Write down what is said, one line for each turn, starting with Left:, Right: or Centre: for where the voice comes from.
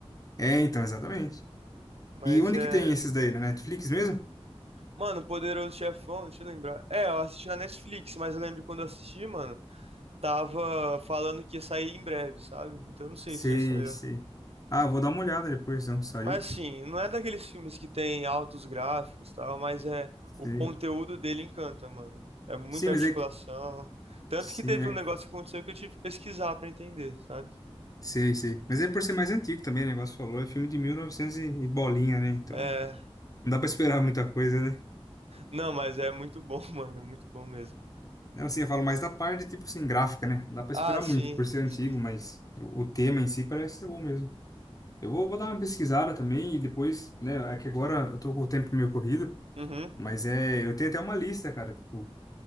Left: É, então, exatamente.
Right: Mas
Left: E onde
Right: é
Left: que tem esses daí? Na Netflix mesmo?
Right: Mano, Poderoso Chefão, deixa eu lembrar. É, eu assisti na Netflix, mas eu lembro quando eu assisti, mano, tava falando que ia sair em breve, sabe? Então eu não sei
Left: Sei,
Right: se já saiu.
Left: sei. Ah, vou dar uma olhada depois, não saiu?
Right: Mas assim, não é daqueles filmes que tem altos gráficos e tal, mas é o
Left: Sei.
Right: conteúdo dele encanta, mano. É muita
Left: Sim, mas
Right: articulação.
Left: é que...
Right: Tanto
Left: Sim,
Right: que teve
Left: é...
Right: um negócio que aconteceu que eu tive que pesquisar pra entender, sabe?
Left: Sei, sei. Mas é por ser mais antigo também, o negócio falou. É filme de 1900 e novecentos e e bolinha, né? Então,
Right: É,
Left: não dá pra esperar muita coisa, né?
Right: não, mas é muito bom, <laughs> mano, muito bom mesmo.
Left: Não, assim, eu falo mais da parte, tipo assim, gráfica, né? Não dá pra
Right: Ah,
Left: esperar
Right: sim,
Left: muito por ser
Right: sim.
Left: antigo, mas o o tema em si parece ser bom mesmo. Eu vou, vou dar uma pesquisada também e depois, né? É que agora eu tô com o tempo meio corrido,
Right: Uhum.
Left: mas é... Eu tenho até uma lista, cara. tipo,